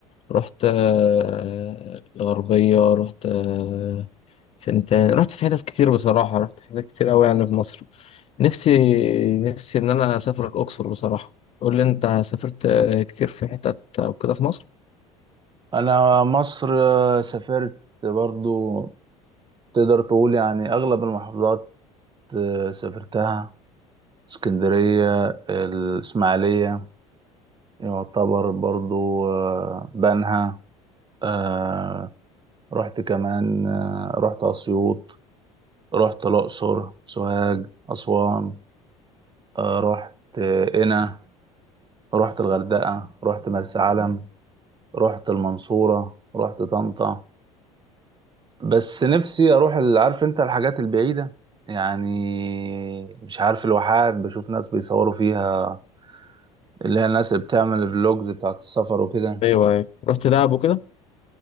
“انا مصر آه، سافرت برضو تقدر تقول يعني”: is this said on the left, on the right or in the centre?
Right